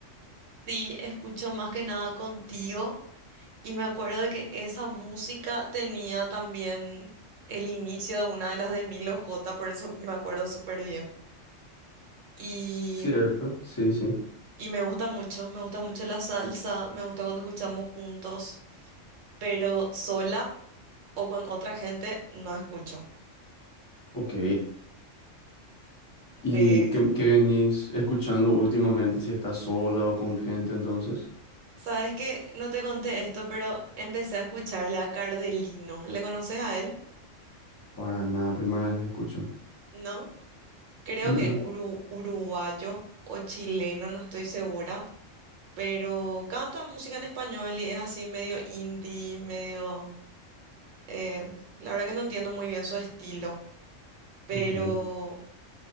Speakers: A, on the right (about 75°); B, on the left (about 20°).
A: Sí, escucho más que nada contigo y me acuerdo de que esa música tenía también el inicio de una de las de Milo J, por eso me acuerdo súper bien. Y,
B: Cierto, sí, sí.
A: y me gusta mucho, me gusta mucho la salsa, me gusta cuando escuchamos juntos, pero sola o con otra gente no escucho.
B: Ok. ¿Y
A: Eh,
B: qué, qué venís escuchando últimamente? Si estás sola o con gente, entonces.
A: ¿sabes qué? No te conté esto, pero empecé a escucharle a Cardelino. ¿Le conoces a él?
B: Para nada, primera vez que escucho.
A: ¿No? Creo
B: Mm,
A: que
B: mm,
A: es uru- uruguayo o chileno, no estoy segura, pero canta música en español y es así medio indie, medio... eh, la verdad que no entiendo muy bien su estilo, pero
B: ok.